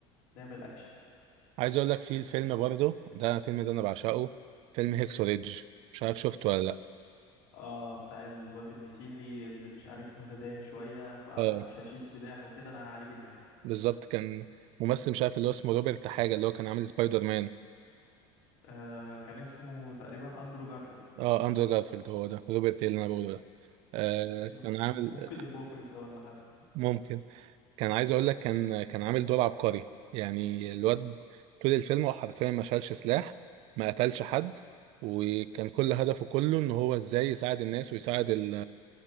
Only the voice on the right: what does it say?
عايز اقول لك في الفيلم برضه ده الفيلم ده انا بعشقه فيلم هيكسو ريدج مش عارف شفته ولا لا
اه
بالظبط كان ممثل مش عارف اللي هو اسمه روبرت حاجه اللي هو كان عامل سبايدر مان
اه اندرو جارفيلد هو ده روبرت إيه اللي انا بقوله ده آه
كان عامل
ممكن كان عايز اقول لك كان كان عامل دور عبقري يعني الواد طول الفيلم هو حرفيا ما شالش سلاح ما قتلش حد وكان كل هدفه كله ان هو ازاي يساعد الناس ويساعد ال